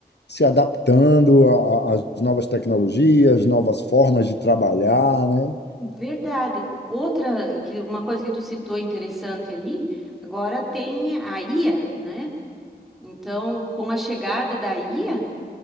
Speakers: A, on the left; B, in the centre.
A: se adaptando a- a- às novas tecnologias, novas formas de trabalhar, né?
B: Verdade. Outra, que uma coisa que tu citou interessante ali, agora tem a IA, né? Então, com a chegada da IA, a